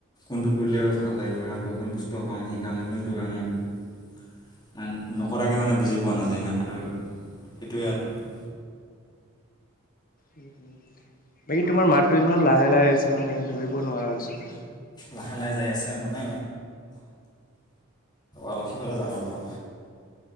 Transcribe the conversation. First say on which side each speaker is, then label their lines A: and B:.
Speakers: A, on the left; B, on the left.
A: কোনটো কৰিলে ভাল লাগে কামটো সন্তুষ্ট হম। সেই কাম কোনটো কামত নকৰাকৈ মানে বুজি পোৱা নাযায় ন। আৰু সেইটোৱে আৰু
B: উ উম বাকী তোমাৰ মাততটো ইমান লাহে লাহে আছে মানে ধৰিব নোৱাৰা হৈছে।
A: লাহে লাহে যাই আছে মানে আলসীফালে যাওঁ ৰ'বা